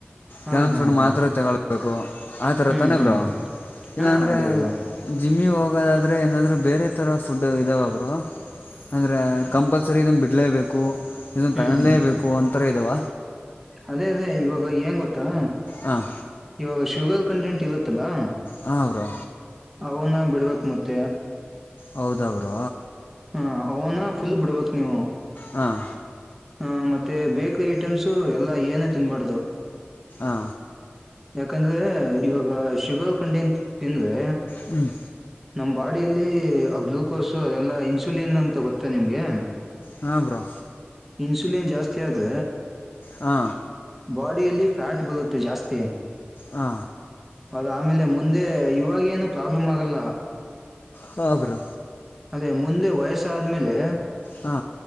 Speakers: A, in the centre; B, on the left (about 50°).
A: ಹಾ
B: ಕೆಲವಂದು
A: ಹಾ
B: ಫುಡ್
A: ಹಾ
B: ಮಾತ್ರ ತಗೊಳ್ಬೇಕು ಆತರ
A: ಹ್ಮ್
B: ತಾನೇ
A: ಹ್ಮ್
B: ಬ್ರೋ ಇಲ್ಲಾಂದ್ರೆ
A: ಹಾ ಅದೇ ಬ್ರೋ
B: ಜಿಮ್ಮಿ ಹೋಗ ಇದಾದ್ರರೆ ಏನಾದರೂ ಬೇರೆ ಥರ ಫುಡ್ ಇದಾವಬ್ರು ಅಂದರೆ ಕಂಪಲ್ಸರಿ ಇದನ್ನು ಬಿಡಲೇಬೇಕು ಇದನ್
A: ಹ್ಮ್
B: ತಗಲೇಬೇಕು
A: ಹ್ಮ್
B: ಅಂತರ ಇದಾವ
A: ಅದೇ ಅದೇ ಇವಾಗ ಏಂಗ ಗೊತ್ತಾ
B: ಹಾಂ
A: ಇವಾಗ ಶುಗರ್ ಕಂಟೆಂಟ್ ಇರುತ್ತಲ್ಲಾ
B: ಹ ಅವರು
A: ಅವನ್ನ ಬಿಡ್ಬೇಕಕ್ ಮತ್ತೆ
B: ಹೌದ ಅವರು
A: ಹಾ ಅವನ ಫುಲ್ ಬಿಡ್ಬೇಕು ನೀವು
B: ಹಾಂ
A: ಹ ಮತ್ತೆ ಬೇಕ್ರಿ ಐಟಮ್ಸು ಎಲ್ಲಾ ಏನ ತಿನ್ಬಾರ್ದು
B: ಹ
A: ಯಾಕಂದ್ರೆ ಇವಾಗ ಶುಗರ್ ಕಂಟೆಂಟ್ ತಿಂದ್ರೆ
B: ಹ್ಮ್
A: ನಮ್ ಬಾಡಿಯಲ್ಲಿ ಗ್ಲೂಕೋಸ್ ಅದೆಲ್ಲಾ ಇನ್ಸುಲಿನ್ ಅಂತ ಗೊತ್ತಾ ನಿಮ್ಗೆ
B: ಹಾ ಬ್ರೋ
A: ಇನ್ಸುಲಿನ್ ಜಾಸ್ತಿ ಆದ
B: ಹಾ
A: ಬಾಡಿಯಲ್ಲಿ ಫ್ಯಾಟ್ ಬರುತ್ತೆ ಜಾಸ್ತಿ
B: ಹ
A: ಅದ ಆಮೇಲೆ ಮುಂದೆ ಇವಾಗ ಏನು ಪ್ರಾಬ್ಲಮ್ ಆಗಲ್ಲ
B: ಹ ಬ್ರೋ
A: ಅದೇ ಮುಂದೆ ವಯಸ್ಸಾದ್ಮೇಲೆ
B: ಹಾ